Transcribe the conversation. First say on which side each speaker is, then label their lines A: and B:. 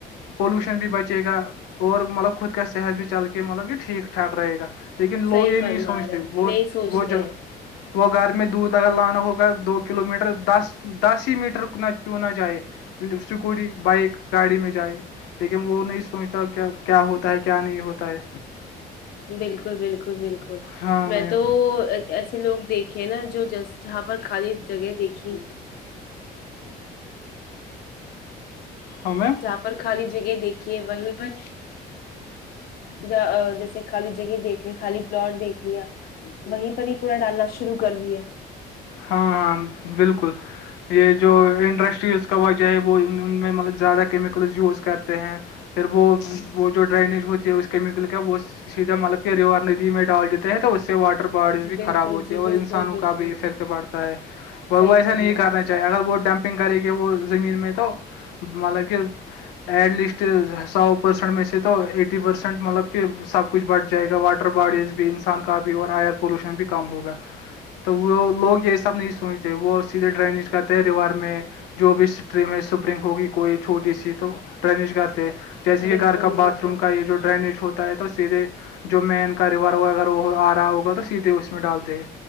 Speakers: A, on the left; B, on the left.
A: پولوشن بھی بچے گا اور مطلب خود کا صحت بھی چل کے مطلب یہ ٹھیک ٹھاک رہے گا لیکن
B: صحیح
A: لوگ یہ
B: فرما
A: نہیں سوچتے
B: رہے ہیں،
A: وہ
B: نہیں سوچتے
A: وہ ج
B: ہیں
A: وہ گھر میں دودھ اگر لانا ہوگا دو کلو میٹر دس دس ہی میٹر نہ کیوں نہ جاہائے اسکوٹی بائک گاڑی میں جائے لیکن وہ نہیں سوچتا کہ کیا ہوتا ہے کیا نہیں ہوتا ہے
B: بالکل بالکل بالکل
A: ہاں
B: میں
A: میم
B: تو ایسے لوگ دیکھے نا جو جس جہاں پر خالی جگہ دیکھی
A: ہاں میم
B: جہاں پر خالی جگہ دیکھیے وہیں پر یا جیسے خالی جگہ دیکھ لی خالی پلاٹ دیکھ لیا وہیں پر ہی کوڑا ڈالنا شروع کر دیا
A: ہاں ہاں بالکل یہ جو انڈسٹریز کا وجہ ہے وہ ان میں مطلب زیادہ کیمیکلز یوز کر ہیں پھر وہ وہ جو ڈرینیج ہوتی ہے اس کیمیکل کیا وہ سیدھا مالک ریور ندی میں ڈال دیتے ہیں تو اس سے واٹر باڈیز بھی
B: بالکل
A: خراب ہوتی
B: جی
A: ہے اور
B: بالکل
A: انسانوں
B: بالکل
A: کا بھی افیکٹ پڑتا ہے اور
B: صحیح
A: وہ ایسا
B: فرمایا
A: نہیں کرنا چاہیے اگر وہ ڈمپنگ کرے گے وہ زمین میں تو تو مطلب کہہ ایٹ لیسٹ ہسا پرسینٹ میں سے تو ایٹی پرسینٹ مطلب کہ سب کچھ بڑھ جائے گا واٹر باڈیز بینس ان کا بھی اور ائر پولوشن بھی کم ہوگا تو وہ لوگ یہ سب نہیں سوچتے وہ سیدھے ڈرینیج کرتے ہیں ریور میں جو بھی اس سپرنگ ہوگی کوئی چھوٹی سی تو ڈریج کرتے جیسے یہ
B: بالکل
A: گھر کا باتھ
B: بالکل
A: روم کا یہ جو ڈرینیج ہوتا تو سیدھے جو مین کاروبار ہو اگر آ رہا ہوگا تو سیدھے اس میں ڈالتے ہیں